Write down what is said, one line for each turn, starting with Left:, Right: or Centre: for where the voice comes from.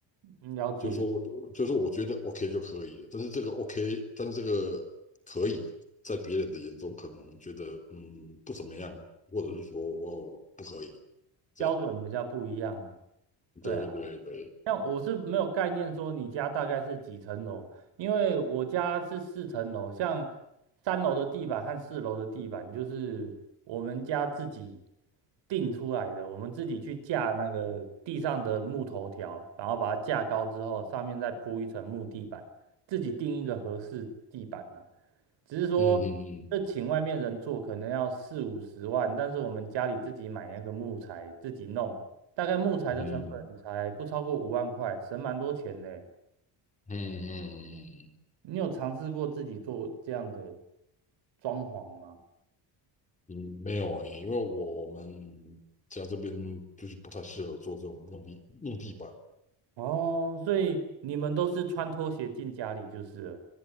Right: 哎，了解
Left: 就是说我，就是说我觉得 OK 就可以了，但是这个 OK，但是这个可以在别人的眼中可能觉得嗯不怎么样，或者是说我不可以这样。
Right: 标准比较不一样啊。对啊。
Left: 对对对。
Right: 像我是没有概念说你家大概是几层楼，因为我家是四层楼，像三楼的地板和四楼的地板就是我们家自己定出来的，我们自己去架那个地上的木头条，然后把它架高之后，上面再铺一层木地板，自己定一个合适地板呢、只是说，
Left: 嗯嗯嗯
Right: 这请外面人做可能要四五十万，但是我们家里自己买那个木材，自己弄，大概木材的成本才不超过五万块，
Left: 嗯
Right: 省蛮多钱呢。
Left: 嗯嗯嗯，
Right: 你有尝试过自己做这样的装潢吗？
Left: 嗯没有诶，因为我们家这边就是不太适合做这种木地木地板
Right: 哦，所以你们都是穿拖鞋进家里就是了。